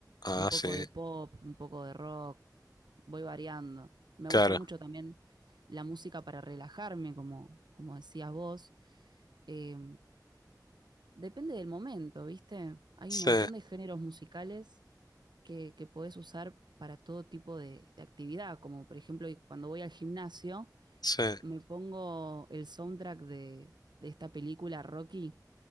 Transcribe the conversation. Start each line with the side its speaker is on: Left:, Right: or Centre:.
Left: Ah,
Right: un poco
Left: sí,
Right: de pop, un poco de rock, voy variando. Me
Left: claro.
Right: gusta mucho también la música para relajarme, como, como decías vos. Eh, Depende del momento, ¿viste? Hay
Left: Sí,
Right: un montón de géneros musicales que, que podés usar para todo tipo de, de actividad, como por ejemplo y cuando voy al gimnasio,
Left: sí.
Right: me pongo el soundtrack de, de esta película Rocky